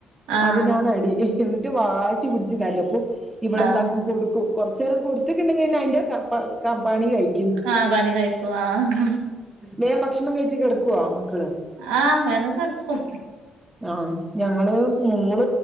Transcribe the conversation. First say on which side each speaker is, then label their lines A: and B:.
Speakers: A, on the right (about 85°); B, on the right (about 20°).
A: ആഹ്
B: അതിനാണ് അടി എന്നിട്ട് വാശി പിടച്ച് കരിം അപ്പൊ. ഇവളെന്താക്കും
A: ആഹ്
B: കൊടുക്കും കൊർചെരം കൊടുത്തിട്ടുണ്ടെങ്കി പിന്നെ അയ്ന്റെ ക പ ക പണി കയ്യു
A: ആഹ് പണി കേയ്ക്കും ആഹ്
B: വേം ഭക്ഷണം കഴിച്ചു കിടക്കൊ മക്
A: ആഹ് വേഗം കെടക്കും
B: ആഹ് ഞങ്ങള് മോൾ